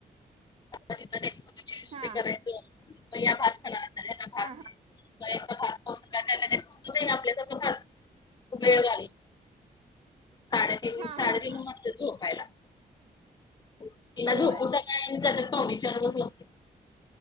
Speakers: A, on the left (about 25°); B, on the right (about 35°).
A: करायचं
B: हा
A: म या भात खा ना भात
B: हा
A: द्यायच पा नाही आपल्याचा कधच वेळगले साडेतीन
B: हा हा
A: साडेतीन
B: हा हा
A: वाजते झोपायला तिला
B: होय
A: झोपू का जात पा विचारचत